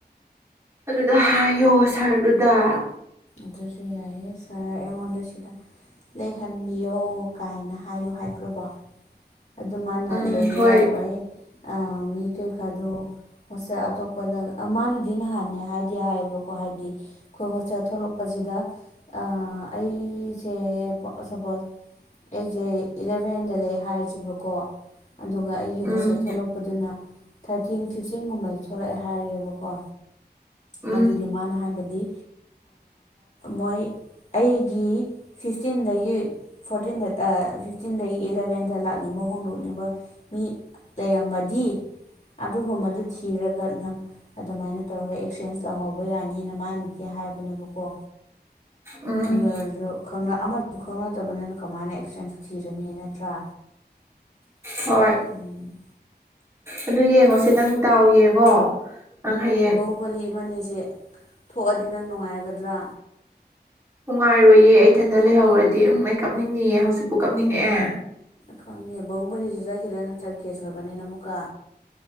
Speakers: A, on the right (about 15°); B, on the left (about 40°).
A: ꯑꯗꯨꯗ ꯍꯥꯏꯌꯣ ꯁꯥꯔꯗꯨꯗ
B: ꯑꯗꯨꯁꯨ ꯌꯥꯏꯑꯦ ꯁꯥꯔ ꯑꯩꯉꯣꯟꯗ ꯁꯤꯗ ꯂꯩꯍꯟꯕꯤꯌꯣ ꯀꯥꯏꯅ ꯍꯥꯏꯌꯨ ꯍꯥꯏꯕ꯭ꯔꯕ ꯑꯗꯨ ꯃꯥꯅ
A: ꯎꯝ
B: ꯂꯩꯕ
A: ꯍꯣꯏ
B: ꯌꯥꯔꯣꯏ ꯑ ꯃꯤ ꯀꯩ ꯑꯗꯣ ꯍꯣꯁꯇꯦꯜ ꯑꯇꯣꯞꯄꯗ ꯃꯥꯅꯗꯤ ꯅꯍꯥꯟ ꯍꯥꯏꯗꯤ ꯍꯥꯏꯌꯦꯕꯀꯣ ꯍꯥꯏꯗꯤ ꯑꯩꯈꯣꯏ ꯍꯣꯁꯇꯦꯜ ꯊꯣꯛꯂꯛꯄꯁꯤꯗ ꯑ ꯑꯩꯁꯦ ꯁꯄꯣꯁ ꯑꯩꯁꯦ ꯏꯂꯚꯦꯟꯗ ꯂꯩ ꯍꯥꯏꯔꯤꯁꯤꯕꯀꯣ ꯑꯗꯨꯒ ꯑꯩꯒꯤ
A: ꯎꯝ
B: ꯍꯣꯠꯁꯦ ꯊꯣꯛꯂꯛꯄ ꯄꯗꯨꯅ ꯊꯥꯔꯇꯤꯟ ꯐꯤꯐꯇꯤꯟꯒꯨꯝꯕꯁꯨ ꯊꯣꯛꯂꯛꯑꯦ ꯍꯥꯏꯔꯦꯕꯀꯣ
A: ꯎꯝ
B: ꯑꯗꯨꯗꯤ ꯃꯥꯅ ꯍꯥꯏꯕꯗꯤ ꯃꯣꯏ ꯑꯩꯒꯤ ꯐꯤꯐ ꯐꯤꯐꯇꯤꯟꯗꯒꯤ ꯐꯣꯔꯇꯤꯟꯗ ꯐꯤꯐꯇꯤꯟꯗꯒꯤ ꯏꯂꯚꯦꯟꯗ ꯂ ꯣꯛꯅꯤꯡꯕ ꯍꯣꯡꯗꯣꯛꯅꯤꯡꯕ ꯃꯤ ꯂꯩꯔꯃꯗꯤ ꯑꯗꯨꯒꯨꯝꯕꯗꯨ ꯊꯤꯔꯒ ꯅꯪ ꯑꯗꯨꯃꯥꯏꯅ ꯇꯧꯔꯒ ꯑꯦꯛꯆꯦꯟꯁ ꯇꯧꯍꯧꯕ ꯌꯥꯅꯤꯅ ꯃꯥꯅꯗꯤ ꯍꯥꯏꯕꯅꯦꯕꯀꯣ
A: ꯎꯝ
B: ꯑꯗꯔꯁꯨ ꯑꯃꯁꯁꯨ ꯈꯪꯅꯗꯕꯅꯤꯅ ꯀꯃꯥꯏꯅ ꯑꯦꯛꯁꯤꯗꯦꯟꯁꯨ ꯊꯤꯔꯅꯤ ꯅꯠꯇ꯭ꯔꯥ
A: ꯍꯣꯏ
B: ꯎꯝ
A: ꯑꯗꯨ ꯌꯦꯡꯉꯣꯁꯤ ꯅꯪ ꯗꯥꯎ ꯌꯦꯡꯉꯣ ꯅꯪ ꯍꯌꯦꯡ
B: ꯃꯣꯂꯤ ꯏꯃꯅꯦꯁꯦ ꯊꯣꯛꯑꯗꯤ ꯅꯪ ꯅꯨꯡꯉꯥꯏꯒꯗ꯭ꯔꯥ
A: ꯅꯨꯡꯉꯥꯏꯔꯣꯏꯌꯦ ꯏꯊꯟꯇ ꯂꯩꯍꯧꯔꯗꯤ ꯎꯝ ꯑꯩ ꯀꯞꯅꯤꯡꯑꯦ ꯍꯧꯖꯤꯛꯄꯨ ꯀꯞꯅꯤꯡꯉꯛꯑꯦ
B: ꯈꯪꯗꯦ ꯕꯍꯨꯝꯕꯂꯤꯁꯨ ꯆꯠꯈꯤꯗ꯭ꯔꯥ ꯅꯠꯇ꯭ꯔꯒ ꯒꯦꯁ ꯑꯣꯏꯕꯅꯤꯅ ꯑꯃꯨꯛꯀ